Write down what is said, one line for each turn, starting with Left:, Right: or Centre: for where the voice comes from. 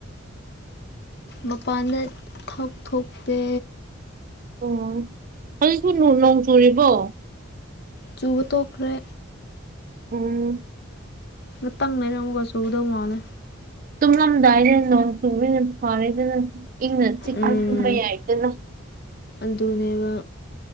Left: ꯃꯄꯥꯟꯗ ꯊꯥꯎ ꯊꯣꯛꯇꯦ
Right: ꯑꯣ ꯍꯧꯖꯤꯛꯁꯨ ꯅꯣꯡ ꯆꯨꯔꯤꯕꯣ
Left: ꯆꯨꯕ ꯇꯣꯛꯈ꯭ꯔꯦ
Right: ꯎꯝ
Left: ꯉꯠꯇꯪ ꯂꯩꯔꯒ ꯑꯃꯨꯒ ꯆꯨꯗꯧ ꯃꯥꯜꯂꯦ
Right: ꯇꯨꯝꯂꯝꯗꯥꯏꯗ ꯅꯣꯡ ꯆꯨꯔꯤꯅ ꯐꯥꯔꯦꯗꯅ ꯏꯪꯅ ꯆꯤꯛ
Left: ꯎꯝ
Right: ꯑꯊꯨꯝꯕ ꯌꯥꯏꯗꯅ
Left: ꯑꯗꯨꯅꯦꯕ